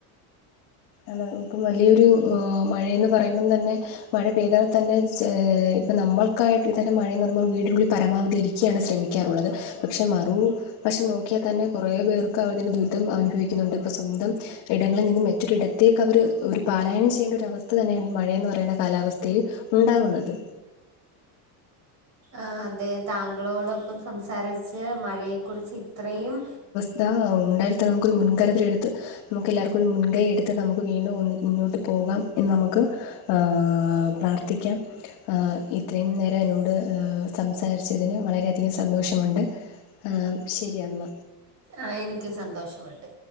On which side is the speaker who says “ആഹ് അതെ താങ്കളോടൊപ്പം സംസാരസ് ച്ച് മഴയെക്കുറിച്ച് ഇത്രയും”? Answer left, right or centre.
Right